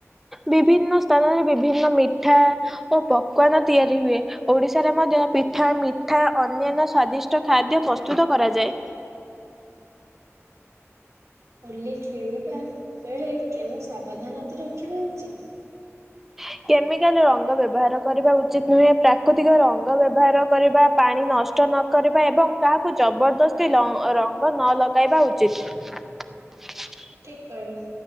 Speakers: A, in the centre; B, on the right (about 75°).
A: ବିଭିନ୍ନ ସ୍ଥାନରେ ବିଭିନ୍ନ ମିଠା ଓ ପକୱାନ ତିଆରି ହୁଏ ଓଡିଶାରେ ମ ଧ୍ୟ ପିଠା ମିଠା ଅନ୍ୟାନ୍ୟ ସ୍ୱାଦିଷ୍ଟ ଖାଦ୍ୟ ପ୍ରସ୍ତୁତ କରାଯାଏ।
B: ହୋଲି ଖେଳିବା ବେଳେ କେଉଁ ସାବଧାନତା ରଖିବା ଉଚିତ।
A: ହ କେମିକାଲ ରଙ୍ଗ ବ୍ୟବହାର କରିବା ଉଚିତ ନୁହେଁ ପ୍ରାକୃତିକ ରଙ୍ଗ ବ୍ୟବହାର କରିବା ପାଣି ନଷ୍ ନଷ୍ଟ ନ କରିବା ଏବଂ କାହାକୁ ଜବରଦସ୍ତି ଲ ରଙ୍ଗ ନ ଲଗାଇବା ଉଚିତ। ହ
B: ଠିକ କହିଲୁ